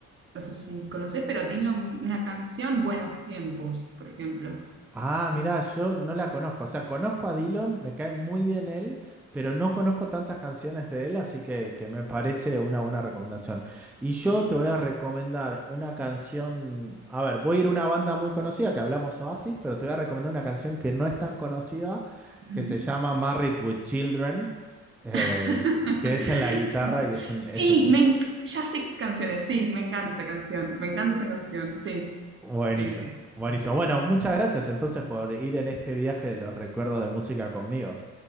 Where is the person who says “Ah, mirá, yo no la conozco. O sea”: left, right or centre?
Centre